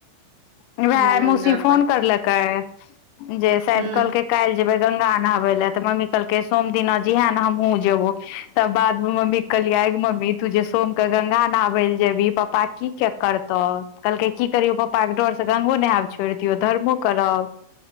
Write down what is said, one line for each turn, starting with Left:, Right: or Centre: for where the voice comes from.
Left: वैह
Right: ह
Left: आइ मौसी
Right: जाय
Left: फोन
Right: पड़
Left: करलकै जे शायद
Right: ह
Left: कहलकै काल्हि जेबै गंगा नहबै लए तऽ मम्मी कहलकै सोम दिना जैहें न हमहुँ जेबौ। तब बाद मे मम्मी कहलियै आंइ गै मम्मी तू जे सोमके गंगा नहबैल जेबही पप्पा की केप करतौ। कलकै की करियौ पप्पाके डर गंगो नेहैब छोरि दियौ धरमो करब